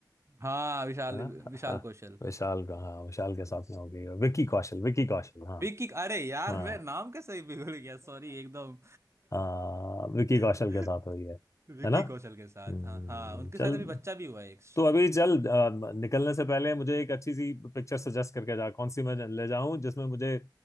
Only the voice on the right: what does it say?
हाँ विशाल
विशाल
कौशल
बिग किक अरे यार
मैं नाम कैसे ही बिगड़ गया सॉरी एकदम
<laughs>
विकी
कौशल के साथ
हाँ हाँ उनके
साथ अभी बच्चा भी हुआ है एक